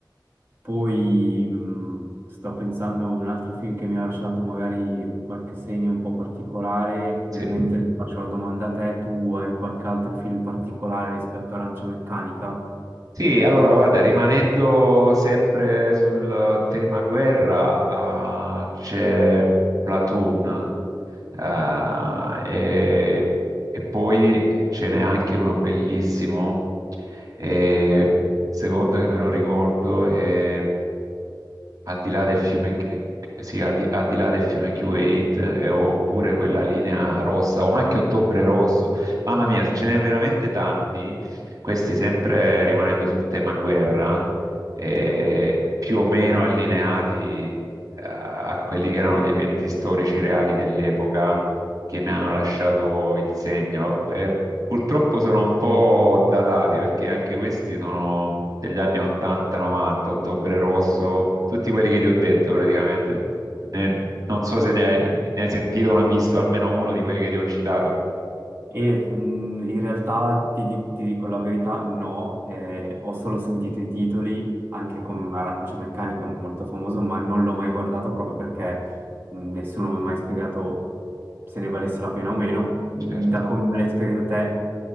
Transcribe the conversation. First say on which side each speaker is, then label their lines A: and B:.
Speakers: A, on the right (about 30°); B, on the right (about 50°).
A: Poi mh, sto pensando a un altro film che mi ha lasciato magari qualche segno un po' particolare,
B: Sì.
A: nel mentre ti faccio la domanda a te, tu hai qualche altro film particolare rispetto a Arancia Meccanica?
B: Sì, allora guarda, rimanendo sempre sul tema guerra, ah, c'è Platoon Eh, e, e poi ce n'è anche uno bellissimo, eh, secondo che me lo ricordo, eh, al di là del fiume, Ch- sì, al di, al di là del fiume Q8, eh, oppure quella linea rossa, o anche Ottobre Rosso. Mamma mia, ce n'è veramente tanti. Questi, sempre rimanendo sul tema guerra, eh, più o meno allineati, eh, a quelli che erano gli eventi storici reali dell'epoca che mi hanno lasciato il segno. Eh, Purtroppo sono un po' datati perché anche questi sono degli anni 80-90, Ottobre Rosso, tutti quelli che ti ho detto praticamente. Ne- non so se ne hai, ne hai sentito o ne hai visto almeno uno di quelli che ti ho citato.
A: E mh, in realtà ti, di- ti dico la verità, no, eh, ho solo sentito i titoli, anche con Arancia Meccanica è molto famoso, ma non l'ho mai guardato proprio perché mh, nessuno mi ha mai spiegato se ne valesse la pena o meno. Mh,
B: Certo,
A: Da come me l'hai spiegato te,